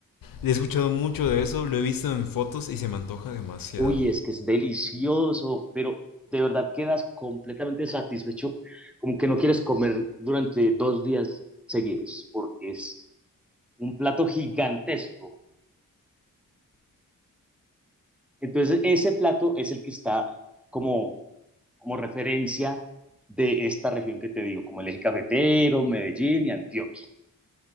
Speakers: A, on the left; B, in the centre.
A: He escuchado mucho de eso, lo he visto en fotos y se me antoja demasiado.
B: Uy, es que es delicioso, pero de verdad quedas completamente satisfecho, como que no quieres comer durante dos días seguidos, porque es un plato gigantesco. Entonces, ese plato es el que está como, como referencia de esta región que te digo, como el eje cafetero, Medellín y Antioquia.